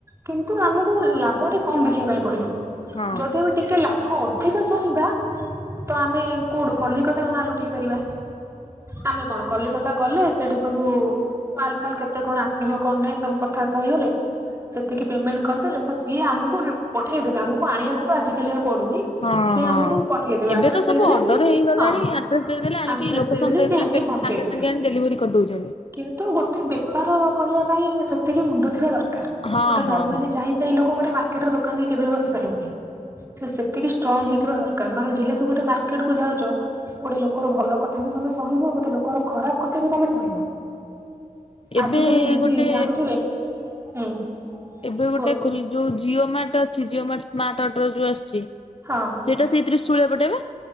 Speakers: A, on the right; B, on the left.
A: କିନ୍ତୁ ଆମକୁ ଲାଭ କମ ଦେଖିବାକୁ ପଡିବ
B: ହଁ
A: ଯଦି ଆମେ ଲାଭ ଲାଭ ଅଧିକ ଚାହିଁବା ତ ଆମେ କୋଉଠୁ କଲିକତାରୁ ମାଲ ଉଠେଇ ପାରିବା। ଆମେ କଣ କଲିକ କଲିକତା ଗଲେ ସେଠି ସବୁ ମାଲଫାଲ କେତେ କଣ ଆସିବ କଣ ନାହିଁ ସବୁ କଥାବାର୍ତ୍ତା ହେଇଗଲେ। ସେତିକି ପେମେଣ୍ଟ କରିଦେଲେ ତ ସିଏ ଆମକୁ ରି ପଠେଇଦେବେ ଆମକୁ ଆଣିବାକୁ ତ ଆଜିିକାଲି ଆଉ ପଡୁନି।
B: ହଁ
A: ସିଏ
B: ହଁ।
A: ଆମକୁ ପଠେଇଦେବେ
B: ଏବେ
A: ଆଡ୍ରେସ
B: ତ ସବୁ
A: ଦେଇଦେଲେ
B: ଅର୍ଡର
A: ସେ
B: ହେଇଗଲାଣି
A: ହଁ
B: ଆଡ୍ରେସ ଦେଇଦେଲେ ଆଣିକି
A: ଆଡ୍ରେସ
B: ଲୋକେସନ
A: ଦେଇଦଲେ
B: ଦେଇଦେଲେ
A: ସିଏ ଆଣିକି
B: ପେ
A: ପହଁ ଞ୍ଚେଇଦେବି
B: ସାଙ୍ଗେ ସାଙ୍ଗେ ଆଣି ଡେଲିଭରି କରିଦଉଛନ୍ତି।
A: କିନ୍ତୁ ଗୋଟେ ବେପାର କରିବା ପାଇଁ ସେତିକି ମୁଣ୍ଡ ଥିବା ଦରକାର
B: ହଁ
A: ଗୋଟେ
B: ହଁ
A: ନର୍ମାଲି
B: ହଁ
A: ଯାଇ ଗୋଟେ କାହିଁନା କେବେ ବସି ପାରିବୁନି। ସେ ସେତିକି ଷ୍ଟ୍ରଙ୍ଗ ହେଇଥିବା ଦରକାର ତମେ ଯେହେତୁ ଗୋଟେ ମାର୍କେଟକୁ ଯାଉଛ ଗୋଟେ ଲୋକର ଭଲ କଥା ତମେ ସହିବ ଗୋଟେ ଲୋକର ଖରାପ କଥା ବି ତମେ ସହିବ।
B: ଏବେ
A: ଆଜିକାଲି ଦିଦି
B: ଗୋଟେ
A: ଜାଣୁଥିବେ ହୁଁ
B: ଏବେ
A: କୁହନ୍ତୁ
B: ଗୋଟେ ଖୋଲି ଯୋଉ ଜିଓ ମାର୍ଟ ଅଛି ଜିଓ ମାର୍ଟ- ସ୍ମାର୍ଟ ଅଡର ଯୋଉ ଆସୁଛି
A: ହଁ।
B: ସେଇଟା ସେଇ ଶୂଳିଆ ପଟେ ପା?